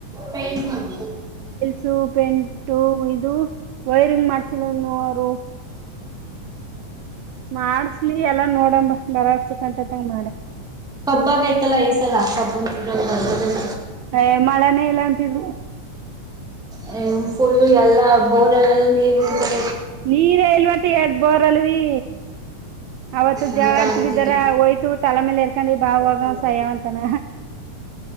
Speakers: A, in the centre; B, on the right.
A: ಟೈಸ್ ಬಂದು
B: ಶೂ ಪೆಂಟು ಇದು ವೈರಿಂಗ್ ಮಾಡ್ಸಿಲ್ಲನ್ನು ಅವರು ಮಾಡಸ್ಲಿ ಎಲ್ಲಾ ನೋಡಂಬ ಬರತಕ್ಂಟ ತಂಗ ಮಾಡ
A: ಕಬ್ಬ ಆಗೈತಲ್ಲ ಈಸಲಾ ಕಬ್ಬ ಬರ್ದ
B: ಹೇ ಮಳನೇ ಇಲ್ಲ ಅಂತಿದ್ರು.
A: ಹೇ ಫುಲ್ಲು ಎಲ್ಲಾ ಬೋರ್ಲ್ಲೆಲ್ಲ ನೀರ್ ನಿಂತ್ಕೊಂಡ.
B: ನೀರೆ ಇಲ್ವಂತ ಎಡ್ ಬೋರ್ ಅಲ್ವಿ. ಅವತ್ತು
A: ಅಂತ
B: ಜಾಳತ
A: ಅಂತಿತ್ತು
B: ಬಿ ತರ ಹೋಯಿತು. ತಲೆಮಲೆರ್ಕಾಂಡಿ ಬಾ ಹೋಗ ಅವ ಸಯವಂತಾನ.